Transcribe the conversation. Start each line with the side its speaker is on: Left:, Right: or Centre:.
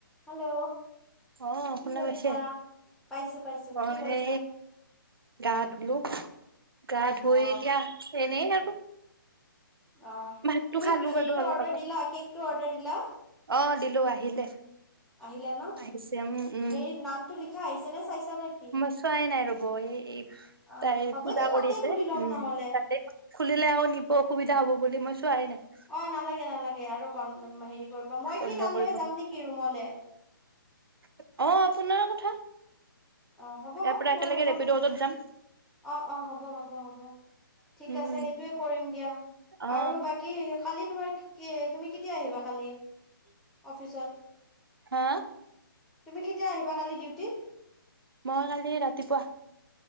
Centre: Hello.
Right: অ'
Centre: কি
Right: শুনা
Centre: কৰিছা?
Right: পাইছে,
Centre: পাইছো পাইছো
Right: মই
Centre: কি কৰিছা?
Right: গা ধুলো, গা ধুই
Centre: অ
Right: এতিয়া এনেই আৰু।
Centre: অ,
Right: ভাতটো
Centre: তুমি
Right: খালো
Centre: হেৰিটো
Right: বাৰু অলপ
Centre: অৰ্ডাৰ
Right: আগত
Centre: দিলা, কেকটো অৰ্ডাৰ দিলা?
Right: অ, দিলোঁ, আহিলে।
Centre: আহিলে ন!
Right: আহিছে উম উম
Centre: হেৰি নামতটো লিখা আহিছে নে চাইছা নে? কি?
Right: মই চোৱাই নাই ৰ'ব, এই
Centre: অ
Right: তাই
Centre: হ'ব
Right: পূজা
Centre: দিয়া তাতে
Right: কৰি আছে,
Centre: খুলি ল'ম
Right: উম,
Centre: নহ'লে।
Right: তাতে খুলিলে আকৌ নিব অসুবিধা হ'ব বুলি, মই চোৱাই নাই।
Centre: অ, নালাগে, নালাগে, আৰু বন হেৰি কৰিব, মই
Right: বন্ধ
Centre: কি তালৈ
Right: কৰিব
Centre: যাম নেকি, ৰুমলে?
Right: অ, আপোনাৰ কথা।
Centre: অ হ'ব
Right: ইয়াৰ পৰা একেলগে
Centre: মই ৰুমত
Right: ৰেপিড অটোত যাম।
Centre: অ, অ, হ'ব, হ'ব, হ'ব, ঠিক
Right: উম
Centre: আছে, সেইটোয়ে কৰিম দিয়া,
Right: অ
Centre: আৰু বাকী কালি তোমাৰ কি, তুমি কেতিয়া আহিবা কালি অফিচত?
Right: হা!
Centre: তুমি কেতিয়া আহিবা কালি ডিউটিত?
Right: মই কালি ৰাতিপুৱা।